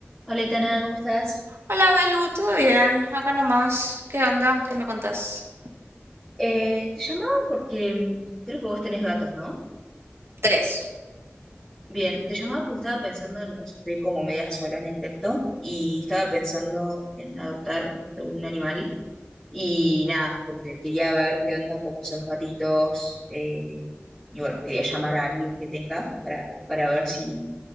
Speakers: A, in the centre; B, on the right (about 80°).
A: Hola, Itana, ¿cómo estás?
B: Hola, Belu, ¿todo bien? Acá nomás. ¿Qué onda? ¿Qué me contás?
A: Eh, te llamaba porque mm, creo que vos tenés gatos, ¿no?
B: Tres.
A: Bien, te llamaba porque estaba pensando en, o sea, estoy como media sola en el depto y estaba pensando en adoptar algún animal y nada, como que quería ver qué onda, cómo son los gatitos eh, y bueno, quería llamar a alguien que tenga para, para ver si